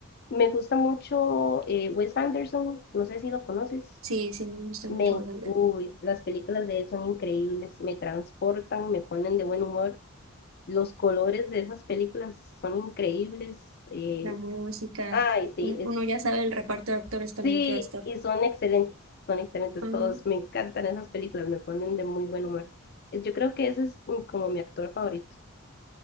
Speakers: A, on the left; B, on the right.
A: Me gusta mucho eh, Wes Anderson, no sé si lo conoces.
B: Sí, sí, me gusta
A: Me,
B: mucho ver la
A: uy, las películas de él son increíbles, me transportan, me ponen de buen humor. Los colores de esas películas son increíbles. eh,
B: la música.
A: ay, sí,
B: Un-
A: es
B: Uno ya sabe el reparto de actores también
A: Sí,
B: que va a estar.
A: y son excelentes, son excelentes
B: Ajá.
A: todos. Me encantan esas películas, me ponen de muy buen humor. Eh, Yo creo que ese es mm, como mi actor favorito.